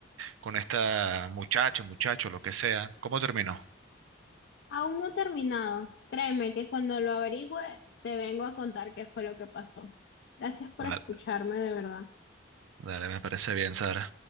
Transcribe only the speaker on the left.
Aún no he terminado. Créeme que cuando lo averigüe te vengo a contar qué fue lo que pasó. Gracias por
escucharme, de verdad.